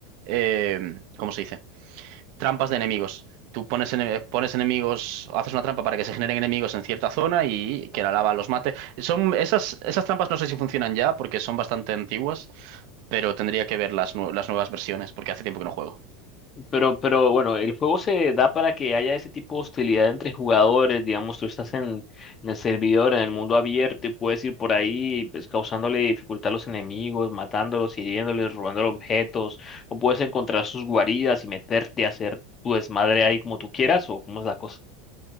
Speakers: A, on the right; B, on the left.
A: eh, ¿cómo se dice? Trampas de enemigos. Tú pones, ene- pones enemigos, haces una trampa para que se generen enemigos en cierta zona y que la lava los mate. Son esas, esas trampas no sé si funcionan ya porque son bastante antiguas, pero tendría que ver las, nue- las nuevas versiones porque hace tiempo que no juego.
B: Pero, pero bueno, el juego se da para que haya ese tipo de hostilidad entre jugadores, digamos, tú estás en, en el servidor, en el mundo abierto y puedes ir por ahí, pues, causándole dificultad a los enemigos, matándolos, hiriéndoles, robando objetos, o puedes encontrar sus guaridas y meterte a hacer tu desmadre ahí como tú quieras, o cómo es la cosa,